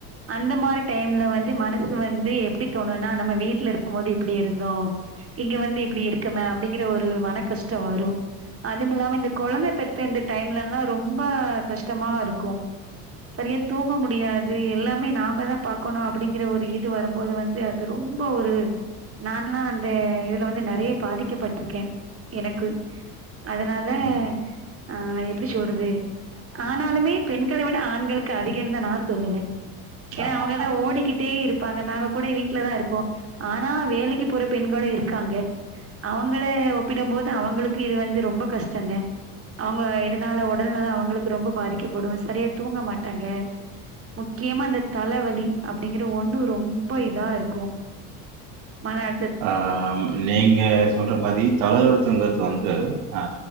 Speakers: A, on the right; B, on the right.
A: அந்த மாரி டைம்ல வந்து மனசு வந்து எப்டி தோணுனா நம்ம வீட்ல இருக்கு போது எப்டி இருந்தோ இங்க வந்து இப்டி இருக்கம அப்டிங்கற ஒரு மனக் கஷ்டோ வரு அதும் இல்லாம இந்த கொழந்த பெத்த இந்த டைம்லல்லா ரொம்ப கஷ்டமா இருக்கு சரியா தூங்க முடியாது எல்லா நாம தா பாகக்கணு அப்படிங்கிற ஒரு இது வரும்போது வந்து அது ரொம்ப ஒரு நால்லா அந்த இதுல வந்து நெறைய பாதிக்கப்பட்டிருக்கே எனக்கு அதனால
B: ம்
A: ஆ எப்டி சொல்றது ஆனாலுமே பெண்கள விட ஆண்களுக்கு அதிகன் தா நா சொல்லுவ ஏனா
B: ஆமா.
A: அவங்கதா ஓடிக்கிட்டே இரு இருபாங்க நாங்க கூட வீட்லதா இருப்போ ஆனா வேலைக்கு போற பெண்களு இருக்காங்க அவங்கள ஒப்பிட போது அவங்களுக்கு இது வந்து ரொம்ப கஷ்டந் த அவங்க இதனால உடல்நலோ அவங்களுக்கு ரொம்ப பாதிக்கப்படு சரியா தூங்க மாட்டாங்க முக்கியமா அந்த தலவலி அப்டிங்கற ஒண்ணு ரொம்ப இதா இருக்கு மன அ
B: ஆ நீங்க சொல்ற மாரி தளர்த்துங்க வந்து ஆ